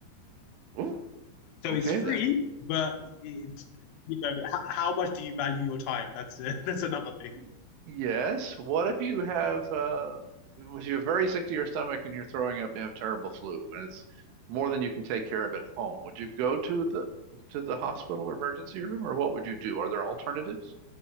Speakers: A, on the right (about 80°); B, on the left (about 75°).
A: Ooh,
B: So
A: okay
B: it's free,
A: then.
B: but it's you know h- how much do you value your time? That's uh, <laughs> that's another thing.
A: Y- Yes. What if you have uh if you're very sick to your stomach and you're throwing up and have terrible flu and it's more than you can take care of at home? Would you go to the to the hospital or emergency room or what would you do? Are there alternatives?